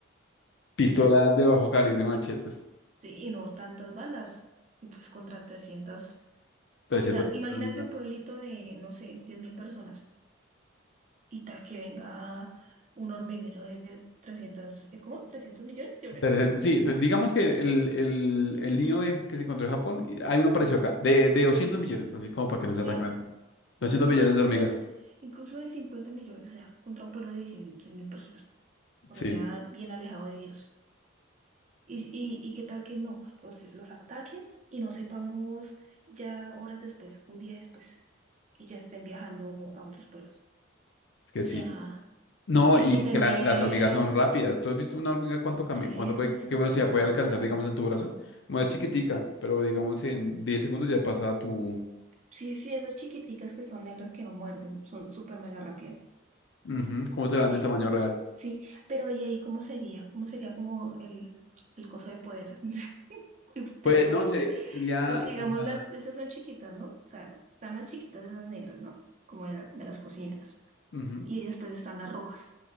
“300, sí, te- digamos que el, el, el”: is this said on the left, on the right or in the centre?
Left